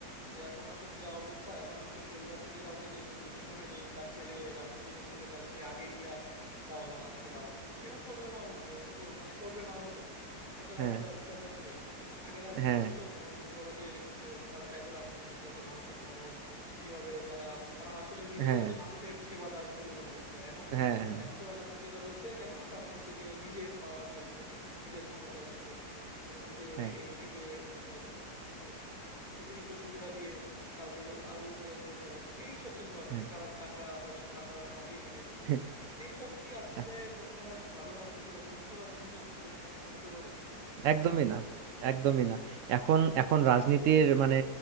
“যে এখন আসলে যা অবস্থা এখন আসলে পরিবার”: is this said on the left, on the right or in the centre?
Left